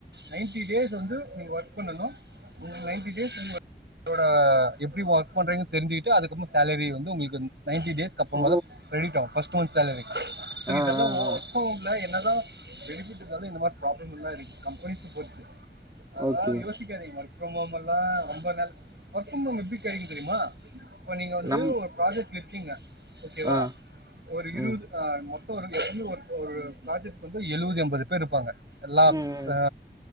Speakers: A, on the right; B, on the right.
A: நைன்டி டேஸ் வந்து நீங்க ஒர்க் பண்ணனு நைட்டி டேஸ் <inaudible> தோடா எப்டி ஒர்க் பண்றீங்க தெரிஞ்சுகிட்டு அதுக்கப்றோ சேலரி வந்து உங்ளுக்கு நைன்டி டேஸ்க்கு அப்றமா
B: ஓ!
A: தா க்ரெடிட் ஆகு ஃபஸ்ட் மந்த் சாலரி சோ
B: ஆ,
A: இதெல்லா
B: ஆ,
A: ஒ
B: ஆ.
A: <inaudible> ல என்னதா பெனிஃபிட் இருந்தாலு இந்த மாரி ப்ராப்ளம் எல்லா இருக்கு கம்பெனி <inaudible> அனால்
B: ஓகே.
A: யோசி ஒர்க் ஃப்ரம் ஹோம்மல்லா ரொம்ப கஷ் ஒர்க் ஃப்ரம் ஹோம் எப்டி கெடைக்கு தெரியுமா இப்ப நீங்க வந்து
B: நம்
A: ஒரு ப்ராஜெக்ட்ல இருக்கீங்க ஓகேவா
B: ஆ.
A: ஒரு
B: ம்.
A: இருவது ஆ மொத்தோ ஒரு எப்டியு ஒரு ப்ராஜெக்ட்க்கு வந்து எழுவது எம்பது பேர் இருப்பாங்க எல்லா
B: ம், ம்.
A: அ